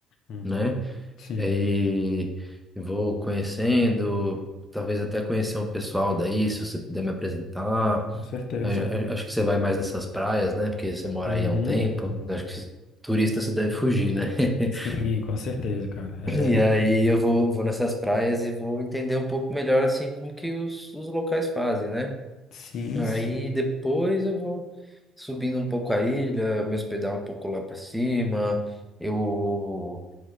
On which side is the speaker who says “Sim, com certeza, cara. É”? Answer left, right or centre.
Left